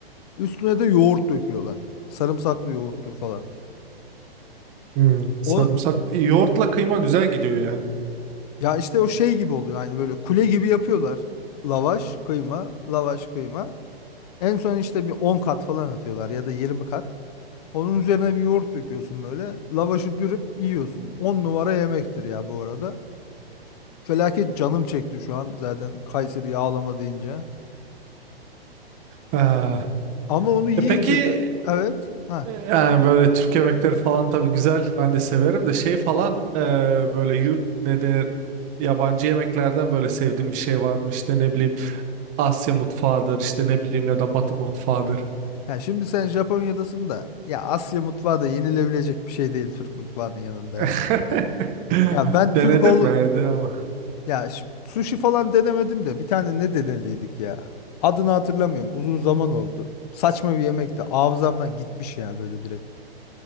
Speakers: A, on the left; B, on the right.
A: Üstüne de yoğurt döküyorlar. Sarımsaklı yoğurttur falan.
B: Hmm, sarımsak.
A: O
B: Yoğurtla kıyma güzel gidiyor ya.
A: Ya işte o şey gibi oluyor yani böyle kule gibi yapıyorlar. Lavaş, kıyma, lavaş, kıyma. En son işte bir 10 kat falan atıyorlar ya da 20 kat. Onun üzerine bir yoğurt döküyorsun böyle. Lavaşı dürüp yiyorsun. on numara yemektir ya bu arada. Felaket canım çekti şu an zaten Kayseri yağlama deyince.
B: Ha.
A: Ama onu yiyince
B: E peki
A: de evet. Ha.
B: e, yani böyle Türk yemekleri falan tabii güzel. Ben de severim de şey falan e, böyle yur, ne denir yabancı yemeklerden böyle sevdiğim bir şey var mı? İşte ne bileyim Asya mutfağıdır işte ne bileyim ya da Batı mutfağıdır.
A: Ya şimdi sen Japonya'dasın da ya Asya mutfağı da yenilebilecek bir şey değil Türk mutfağının yanında
B: <laughs>
A: ya. Ya ben Türk
B: Denedin
A: ol
B: mi? Denedin ama.
A: Ya ş- sushi falan denemedim de bir tane ne denediydik ya. Adını hatırlamıyorum. Uzun zaman oldu. Saçma bir yemekti. Hafızamdan gitmiş ya böyle direkt.